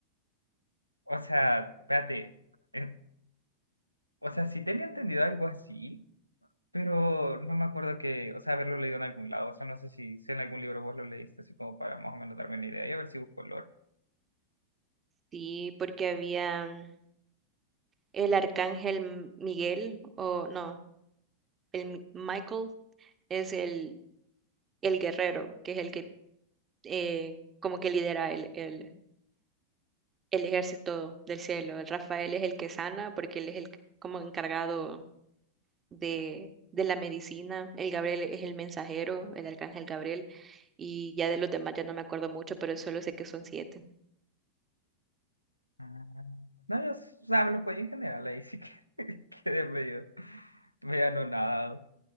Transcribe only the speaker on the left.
O sea, espérate. eh, o sea, sí tenía entendido algo así, pero no me acuerdo que, o sea, haberlo leído en algún lado. O sea, no sé si, si en algún libro vos lo leíste, así como para más o menos darme una idea y a ver si busco el lore.
Ah, No, yo, s- o sea, lo podía en general, ahí sí que <laughs> quedé medio, medio anonadado.